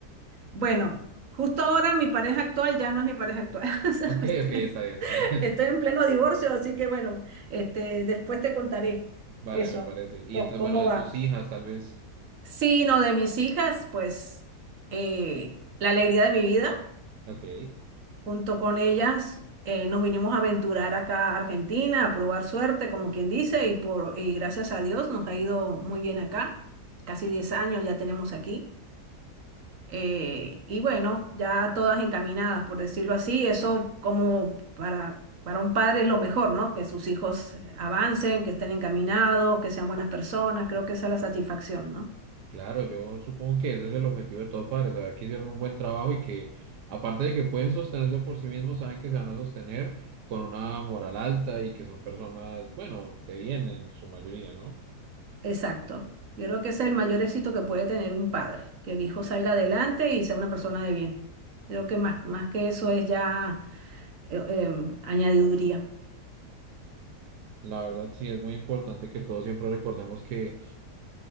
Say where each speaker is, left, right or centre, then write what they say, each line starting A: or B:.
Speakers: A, on the right; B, on the right.
A: Bueno, justo ahora mi pareja actual ya no es mi pareja actual. <laughs> O sea,
B: Ok,
A: este,
B: ok, está bien, está bien.
A: Estoy en pleno divorcio, así que bueno, este, después te contaré
B: <laughs> Vale,
A: eso,
B: me parece. Y
A: co-
B: entonces,
A: cómo
B: bueno, de
A: va.
B: tus hijas, tal vez.
A: Sí, no, de mis hijas, pues eh, la alegría de mi vida.
B: Ok,
A: Junto con ellas eh, nos vinimos a aventurar acá a Argentina, a probar suerte, como quien dice, y, por, y gracias a Dios nos ha ido muy bien acá. Casi 10 años ya tenemos aquí. Eh, y bueno, ya todas encaminadas, por decirlo así. Eso como para, para un padre es lo mejor, ¿no? Que sus hijos avancen, que estén encaminados, que sean buenas personas. Creo que esa es la satisfacción, ¿no?
B: claro, yo supongo que ese es el objetivo de todo padre, saber que hicieron un buen trabajo y que, aparte de que pueden sostenerse por sí mismos, saben que se van a sostener con una moral alta y que son personas, bueno, de bien en su mayoría, ¿no?
A: Exacto. Yo creo que ese es el mayor éxito que puede tener un padre, que el hijo salga adelante y sea una persona de bien. Creo que más, más que eso es ya eh, em, añadiduría.
B: La verdad sí es muy importante que todos siempre recordemos que